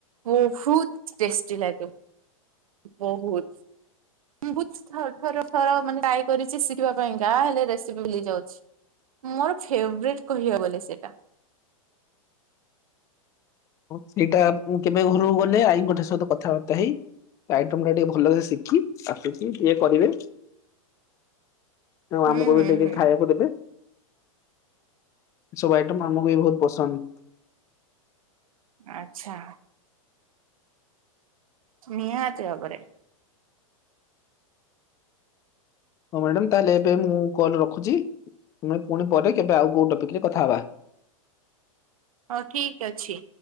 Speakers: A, on the right (about 75°); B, on the left (about 20°).
A: ବହୁତ ଟେଷ୍ଟି ଲାଗେ। ବହୁତ ବହୁତ ଥର ଥର ମାନେ ଟ୍ରାଇ କରିଛି ସି ଖିବା ପାଇଁ କା ହେଲେ ରେସିପି ଭୁୁଲିଯାଉଛି। ମୋର ଫେଭରେଟ୍ କହିବା ଗଲେ ସେଇଟା।
B: <inaudible> ସେଇଟା ମୁଁ କେବେ ଘରକୁ ଗଲେ ଆଈଙ୍କଠ ସହିତ କଥାବାର୍ତ୍ତା ହେଇ ଆଇଟମ ଟା ଟିକେ ଭଲସେ ଶିଖି ଆସିକି ଟିକେ କରିବେ। ହ ଆମକୁ
A: ହୁଁ ହୁଁ
B: ଟିକେ
A: ହୁଁ
B: ଖାଇବାକୁ ଦେବେ ସବୁ ମାମୁଁକୁ ବି ବହୁତ ପସନ୍ଦ।
A: ଆଚ୍ଛା। ନିହାତି ଭାବରେ।
B: ହଁ ମ୍ୟାଡ଼ାାମ ତାହେଲେ ଏବେ ମୁଁ କଲ ରଖୁଛି। ତମେ ପୁଣି ପରେ କେବେ ଆଉ କୋଉ ଟପିକରେ କଥା ହବା।
A: ହଁ ଠିକ ଅଛି